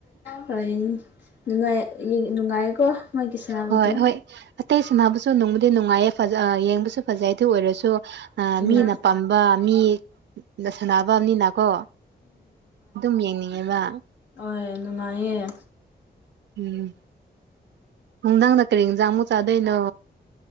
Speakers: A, on the left (about 90°); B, on the right (about 85°).
A: ꯍꯣꯏ ꯅꯨꯡꯉꯥꯏ ꯌꯦꯡ ꯅꯨꯡꯉꯥꯏꯀꯣ ꯃꯥꯒꯤ ꯁꯥꯟꯅꯕꯗꯣ
B: ꯍꯣꯏ ꯍꯣꯏ ꯑꯇꯩ ꯁꯥꯟꯅꯕꯁꯨ ꯅꯨꯡꯕꯨꯗꯤ ꯅꯨꯡꯉꯥꯏꯌꯦ ꯐꯖꯥ ꯑ ꯌꯦꯡꯕꯁꯨ ꯐꯖꯩ ꯑꯗꯨ ꯑꯣꯏꯔꯁꯨ ꯑ
A: ꯎꯝ
B: ꯃꯤꯅ ꯄꯥꯝꯕ ꯃꯤ ꯅ ꯁꯥꯟꯅꯕꯅꯤꯅꯥꯀꯣ ꯗꯨꯝ ꯌꯦꯡꯅꯤꯡꯉꯦꯕ
A: ꯑꯣꯏ ꯅꯨꯡꯉꯥꯏꯌꯦ
B: ꯎꯝ ꯅꯨꯡꯗꯥꯡꯗ ꯀꯔꯤ ꯏꯟꯖꯥꯡ ꯃꯨꯛ ꯆꯥꯗꯣꯏꯅꯣ